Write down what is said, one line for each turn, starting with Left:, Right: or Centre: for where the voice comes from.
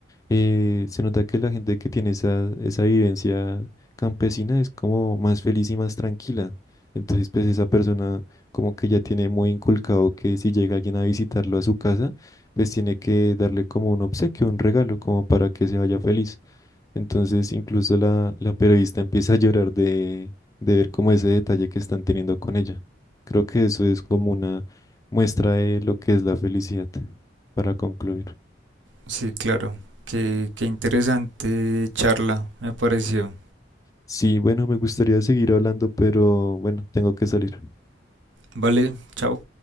Left: eh, se nota que la gente que tiene esa, esa vivencia campesina es como más feliz y más tranquila. Entonces, pues esa persona como que ya tiene muy inculcado que si llega alguien a visitarlo a su casa, pues tiene que darle como un obsequio, un regalo, como para que se vaya feliz. Entonces, incluso la, la periodista empieza a llorar de, de ver como ese detalle que están teniendo con ella. Creo que eso es como una muestra de lo que es la felicidad, para concluir.
Right: Sí, claro. Qué, qué interesante charla, me pareció.
Left: Sí, bueno, me gustaría seguir hablando, pero bueno, tengo que salir.
Right: Vale, chao.